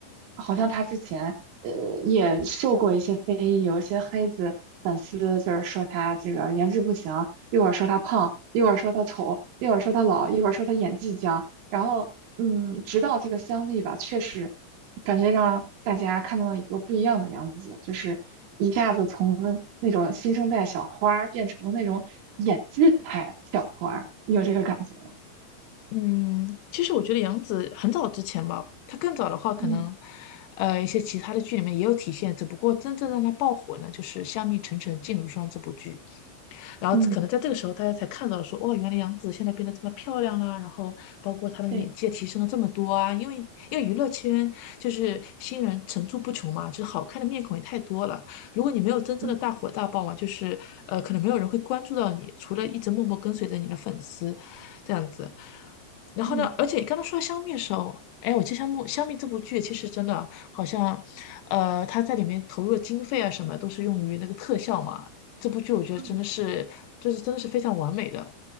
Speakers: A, on the right (about 85°); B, on the left (about 70°).
A: 好像她之前呃也受过一些非议，有一些黑子粉丝就是说她这个颜值不行，一会儿说她胖，一会儿说她丑，一会儿说她老，一会儿说她演技僵，然后，嗯，直到这个香蜜吧，确实感觉让大家看到了一个不一样的样子，就是一下子从那种新生代小花儿变成了那种演技派小花儿你有这个感觉吗？
B: 嗯，其实我觉得杨紫很早之前吧，她更早的话，可能，
A: 嗯
B: 呃，一些其他的剧里面也有体现，只不过真正让她爆火呢，就是《香蜜沉沉烬如霜》这部剧。然后可能在这个时候，
A: 嗯，
B: 大家才看到说，哦，原来杨紫现在变得这么漂亮啦、然后包括她的演技也提升了这么多啊，
A: 对，
B: 因为因为娱乐圈就是新人层出不穷嘛，就是好看的面孔也太多了。如果你没有真正的大火大爆嘛，
A: 嗯
B: 就是呃，可能没有人会关注到你，除了一直默默跟随着你的粉丝这样子。然后呢，
A: 嗯
B: 而且刚刚说到香蜜的时候，哎，我记得香蜜香蜜这部剧其实真的好像，呃，它在里面投入的经费啊什么都是用于那个特效嘛，这部剧我觉得真的是，
A: 嗯，
B: 就是真的是非常完美的。